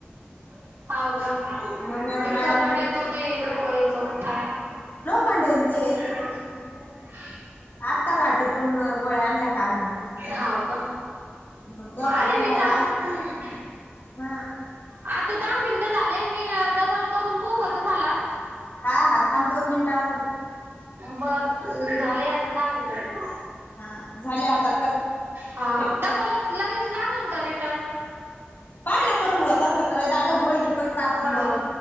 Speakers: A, on the right (about 60°); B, on the left (about 55°).
A: <unintelligible>
B: मग म
A: ते
B: मॅडम
A: कराड
B: कोण
A: येतो ते... याच... काय
B: पंडेन ते
A: <inaudible>
B: आत्ता घाटीतून... गोळ्या आणल्या काल मग
A: हाव का...
B: मग दोघा
A: आले
B: तिघाला
A: मी.. चाला.... मग तुम्ही
B: हा
A: आता दहा मिनटं झाले... मी डबल करून पाहू का तुम्हाला?
B: हा हा... थांब दोन मिनिटं अजून
A: बर... झालंय आता... दहा मिनिटं
B: हा... झाले आता कर
A: हा...
B: ठेव
A: डबलच... लगेच लागल का रिटर्न?
B: पाय ना करून व्हत असलं तर... ए... दादा गोळी घे पहिली ताप वाटू
A: बर
B: राहली